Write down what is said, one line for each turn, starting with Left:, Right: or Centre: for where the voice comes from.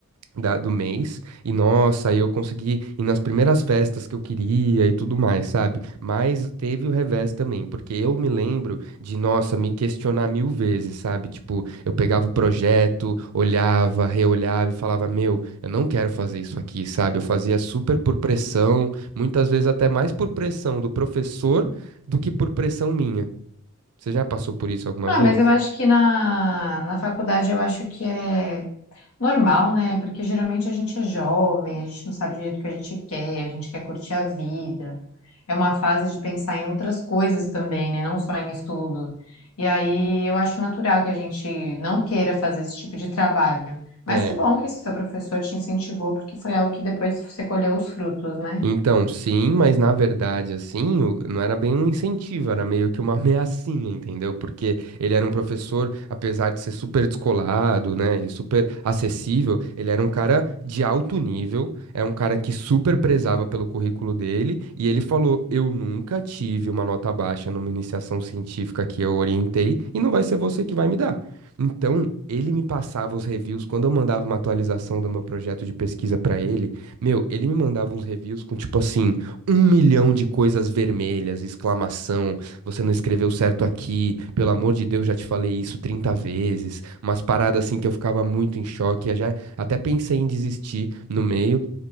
Right: da- do mês. E nossa, aí eu consegui ir nas primeiras festas que eu queria e tudo mais, sabe? Mas teve o revés também, porque eu me lembro de, nossa, me questionar mil vezes, sabe? Tipo, eu pegava o projeto, olhava, reolhava e falava, meu, eu não quero fazer isso aqui, sabe? Eu fazia super por pressão, muitas vezes até mais por pressão do professor do que por pressão minha. Você já passou por isso alguma
Left: Ah,
Right: vez?
Left: mas eu acho que na, na faculdade eu acho que é normal, né? Porque geralmente a gente é jovem, a gente não sabe direito o que a gente quer, a gente quer curtir a vida. É uma fase de pensar em outras coisas também, né? Não só em estudo. E aí eu acho natural que a gente não queira fazer esse tipo de trabalho. Mas
Right: É.
Left: que bom que esse seu professor te incentivou, porque foi algo que depois você colheu os frutos, né?
Right: Então, sim, mas na verdade, assim, o- não era bem um incentivo, era meio que uma <laughs> ameaçinha, entendeu? Porque ele era um professor, apesar de ser super descolado, né, e super acessível, ele era um cara de alto nível, é um cara que super prezava pelo currículo dele, e ele falou: Eu nunca tive uma nota baixa numa iniciação científica que eu orientei, e não vai ser você que vai me dar. Então, ele me passava os reviews quando eu mandava uma atualização do meu projeto de pesquisa para ele. Meu, ele me mandava uns reviews com tipo assim, um milhão de coisas vermelhas, exclamação, você não escreveu certo aqui, pelo amor de Deus, já te falei isso 30 vezes, umas paradas assim que eu ficava muito em choque, eu já até pensei em desistir no meio,